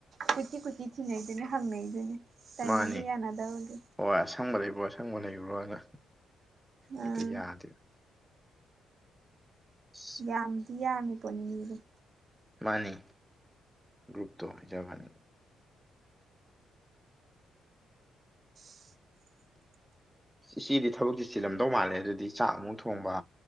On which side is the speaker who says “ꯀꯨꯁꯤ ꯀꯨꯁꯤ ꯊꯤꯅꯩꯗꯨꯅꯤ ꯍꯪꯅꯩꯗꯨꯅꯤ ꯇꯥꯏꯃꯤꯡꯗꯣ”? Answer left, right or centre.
Right